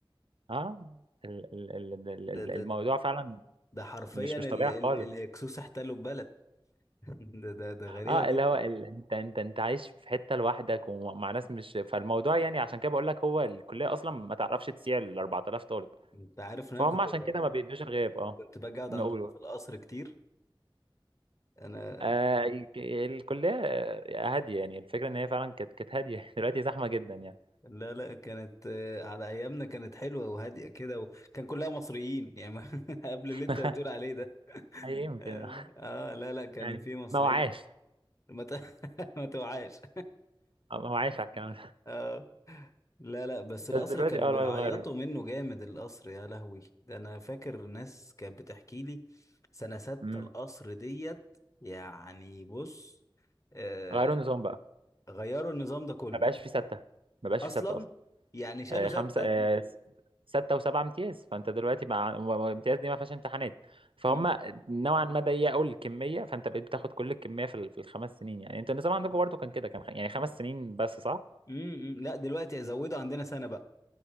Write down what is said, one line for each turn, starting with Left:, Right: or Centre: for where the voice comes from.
Right: اه ال- ال- ال- ال- ال-
Left: ده ده
Right: الموضوع فعلا
Left: ده حرفيا
Right: مش
Left: ال-
Right: مش طبيعي
Left: ال-
Right: خالص
Left: الاكسوس احتلوا البلد <laughs> ده ده ده غريبة
Right: اه
Left: جدا
Right: اللي هو ال... انت انت انت عايش في حته لوحدك ومع ناس مش فالموضوع يعني عشان كده بقول لك هو الكليه اصلا ما تعرفش تسيع ال 4000 طالب
Left: انت عارف ان
Right: فهم
Left: انا كنت
Right: عشان كده ما بيدوش الغياب اه
Left: كنت باجي اقعد
Right: نقول
Left: عندكم في القصر كتير انا
Right: آه الك- الكلية آه، هادية يعني الفكرة إن هي فعلا كانت كانت هادية <laughs> دلوقتي زحمة جدا يعني
Left: لا لا كانت آه، على ايامنا كانت حلوه وهاديه كده وكان كلها مصريين يعني ما- <laughs> قبل
Right: <laughs>
Left: اللي انت بتقول عليه ده
Right: أي يمكن
Left: اه آه، لا لا كان
Right: يعني
Left: في مصريين
Right: ما وعاش
Left: ما ت- <laughs> ما توعاش
Right: آه، ما وعاش على الكلام ده
Left: اه لا لا بس
Right: بس
Left: القصر
Right: دلوقتي
Left: كانوا
Right: أه
Left: بيعيطوا
Right: الوضع اتغير
Left: منه جامد القصر يا لهوي ده انا فاكر ناس كانت بتحكي لي سنه ستة
Right: أمم.
Left: القصر ديت يعني بص آه
Right: غيروا النظام بقى
Left: غيروا النظام ده كله
Right: ما بقاش في ستة ما بقاش
Left: اصلا
Right: في ستة أصلا
Left: يعني شالوا
Right: آه
Left: ستة
Right: خمسة آه س- ستة وسبعة امتياز فأنت دلوقتي مع امتياز دي ما فيهاش امتحانات فهم
Left: م-
Right: نوعا ما ضيقوا الكمية فأنت بقيت بتاخد كل الكمية في, ال... في الخمس سنين يعني أنتوا النظام عندكم
Left: م-
Right: برضه كان كده كان خ- يعني خمس سنين بس صح؟
Left: م- لا دلوقتي زودوا عندنا سنه بقى